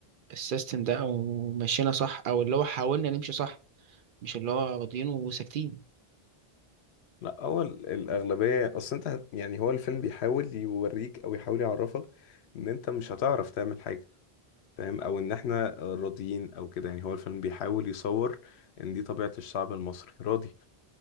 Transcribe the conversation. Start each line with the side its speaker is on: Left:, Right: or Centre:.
Right: السيستم ده او مشينا صح او اللي هو حاولنا نمشي صح مش اللي هو راضيين وساكتين
Left: لا هو ال- الأغلبية أصل أنت هت- يعني هو الفيلم بيحاول يوريك أو يحاول يعرفك إن أنت مش هتعرف تعمل حاجة فاهم أو إن إحنا راضيين أو كده يعني هو الفيلم بيحاول يصور إن دي طبيعة الشعب المصري راضي